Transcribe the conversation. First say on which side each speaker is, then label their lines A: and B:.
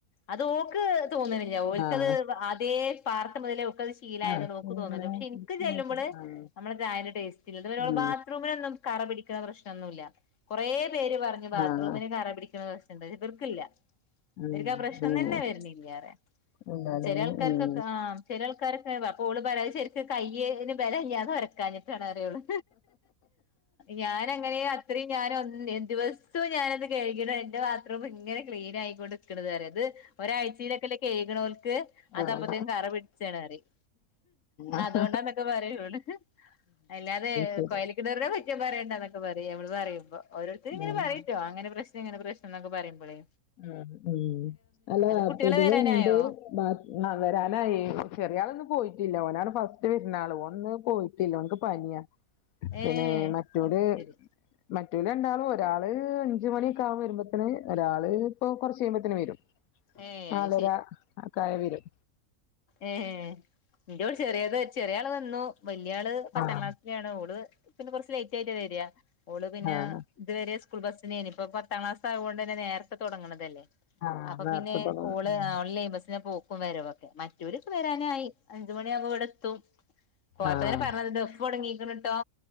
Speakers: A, on the left; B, on the left.
A: അത് ഓക്ക് തോന്നനില്ല ഓൽക്കത്
B: ആഹ്
A: ആദ്യ പാർത്ത മുതലേ ഓക്കത് ശീ ശീലായന്ന്
B: ആഹ്
A: ഓക്ക് തോന്നില്ല
B: ഇങ്ങനെ
A: പക്ഷെ ഇൻക്ക്
B: പിടിച്ച്
A: ചെല്ലുമ്പോള്
B: നോക്കും ആഹ്
A: നമ്മള ചായന്റെ ടേസ്റ്റില്ല
B: ഉം
A: <unintelligible> റൂമിനൊന്നു കറ പിടിക്കണ പ്രശനൊന്നുല്ല കെറേ പേര് പറഞ്ഞ് ബാത്റൂമിന്
B: ആഹ്
A: കറ പിടിക്കുന്ന പ്രശ്നിണ്ട് ഇവർക്കില്ല
B: ഉം
A: ഇവരിക്ക് ആഹ പ്രശ്നം
B: ഉം
A: തന്നെ വെരുന്നില്ല
B: എന്താലേ
A: ങ്ങനെ ചെലയൾക്കാർക്കക്കെ
B: ഉം
A: ആഹ് ചെലൾക്കാരൊക്കെ പ്പോള് പറെ ശരിക്കക്ക് കയ്യന് ബലല്ലഞ്ഞാന്ന് വരക്കാഞ്ഞ പറയുള്ളു ഞാനങ്ങനെ അത്രയും ഞാനൊന്ന <unintelligible> ദിവ ദിസം ഞാനത് കഴിക്കണം എന്റെ ബാത്റൂം ഇങ്ങനെ ക്ലീനായിക്കൊണ്ട് ഇക്കണേറാ ഇത് ഒരാഴ്ച ശീലൊക്കക്കെ കെയ്കണോൽക്ക് അത്
B: ആഹ്
A: അപ്പത്തേക്കും
B: ഉം
A: കറ പിടിച്ചാണ്റിയും
B: അത്
A: അതൊണ്ടന്നൊക്കെ പറയു ഓള് അല്ലാതെ
B: ശരി
A: കൊയല് കിണറിനെ കുറ്റം പറയണ്ടന്നൊക്കെ പറയു നമ്മള് പറുമ്പോ ഓരോരുത്തങ്ങനെ
B: ഉം ഉം
A: പറയട്ടോ അങ്ങനെ പ്രശനം ങ്ങന പ്രശ്നം എന്നക്കെ പറയുമ്പോഴ്
B: ആഹ് ഉം അല്ല
A: കുട്ടികള്
B: പൊതുവെ
A: വരാനായോ
B: ഇണ്ട് വരാനായി ചെറിയ ആളൊന്നും പോയിറ്റില്ല ഓനാണ് ഫസ്റ്റ് വിരുന്നാള് ഓന് പോയി റ്റില്ല ഓൻക്ക് പനിയാ
A: ഏ
B: പിന്നെ മറ്റോര്
A: അത് ശരി
B: മറ്റോല് രണ്ടാളും ഒരാള് അഞ്ച് മണിയൊക്കെ ആവു വരുമ്പോത്തന് ഒര ഇപ്പൊ കൊറച്ച് കഴിയുമ്പോത്തന് വരും
A: ഏ
B: നാലരകായ
A: അത്
B: വെരും
A: ഏഹ് എന്ന് ഇന്റെവിടെ ചെറിയത് ചെറിയാള് വന്നു വല്യയാള് പത്താം
B: ആഹ്
A: ക്ലാസ്സിലാണ് ഓള് പിന്നെ കൊറച്ച് ലേയിറ്റായിട്ടാ വെരിയ ഓള് പിന്നാ
B: ആഹ്
A: ഇതുവരെ സ്കൂൾ ബസ്സിനേനു ഇപ്പൊ പത്താക്ലാസായുണ്ടന്നെ നേരത്തെ തൊടങ്ങണതല്ലേ
B: ആഹ്
A: അപ്പൊ
B: നേരത്തെ
A: പിന്നെ
B: തൊടങ്ങും
A: ഓള് ആഹ് ലെയിൻബസ്സിനാ പോക്ക് ക്കു വരവൊക്കെ മറ്റോര് വെരാനായി അഞ്ചു മണിയാവമ്പോ ഇവിടെത്തും പോയപ്പതന്നെ
B: ആഹ്
A: പറഞ്ഞത് ദഫ് തുടങ്ങീിക്കണ കേട്ടോ